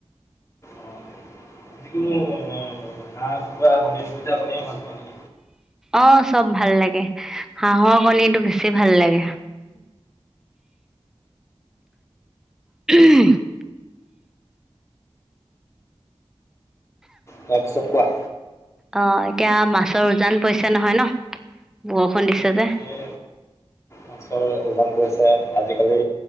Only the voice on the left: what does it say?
অঁ, যিকোনো অ হাঁহ কুকৰা কনীৰ দুইটা কনিয়ে ভাল পোৱা নে
তাৰপিছত কোৱা
এই মাছৰ ওজান পৰিছে আজিকালি